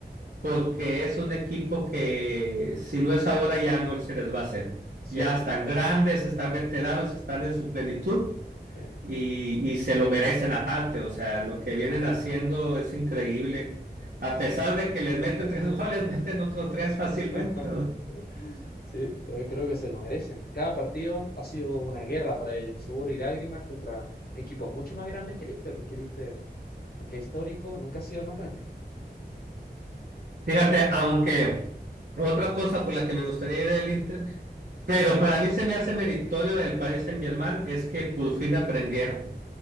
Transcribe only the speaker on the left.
¿Cierto?
Sí,
sí.
<laughs>
Sí, también creo que se lo merecen. Cada partido ha sido una guerra para ellos, sudor y lágrimas contra equipos mucho más grandes que el Inter, porque el Inter, aunque histórico, nunca ha sido el más grande.